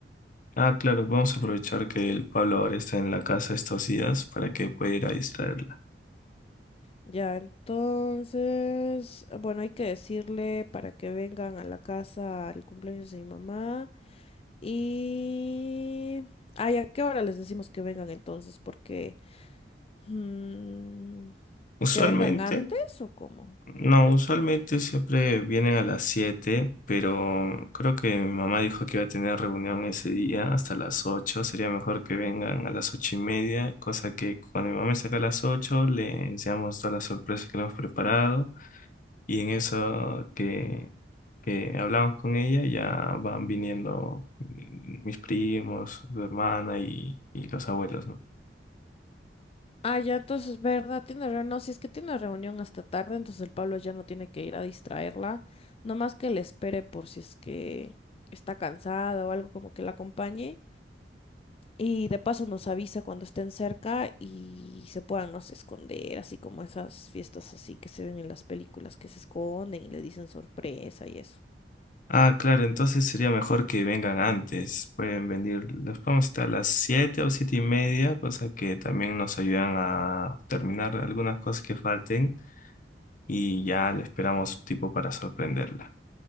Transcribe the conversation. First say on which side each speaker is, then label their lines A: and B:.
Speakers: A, on the left; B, on the left.
A: Ah, claro, vamos a aprovechar que el Pablo ahora está en la casa estos días para que pueda ir a distraerla.
B: Ya, entonces, bueno, hay que decirle para que vengan a la casa al cumpleaños de mi mamá. Y... Ay, ¿a qué hora les decimos que vengan entonces? Porque... mm,
A: Usualmente,
B: ¿que vengan antes o cómo?
A: no, usualmente siempre vienen a las siete pero creo que mi mamá dijo que iba a tener reunión ese día hasta las ocho Sería mejor que vengan a las ocho y media, cosa que cuando mi mamá me saca a las 8 le enseñamos todas las sorpresas que le hemos preparado. Y en eso que, que hablamos con ella, ya van viniendo mm, mis primos, su hermana y, y los abuelos, ¿no?
B: Ah, ya, entonces, ¿verdad? Tiene reunión. No, si es que tiene reunión hasta tarde, entonces el Pablo ya no tiene que ir a distraerla. Nomás que le espere por si es que está cansada o algo como que la acompañe. Y de paso nos avisa cuando estén cerca y se puedan, no sé, esconder, así como esas fiestas así que se ven en las películas que se esconden y le dicen sorpresa y eso.
A: Ah, claro, entonces sería mejor que vengan antes. Pueden venir, los podemos estar a las siete o siete y media, cosa que también nos ayudan a terminar algunas cosas que falten y ya le esperamos tipo para sorprenderla.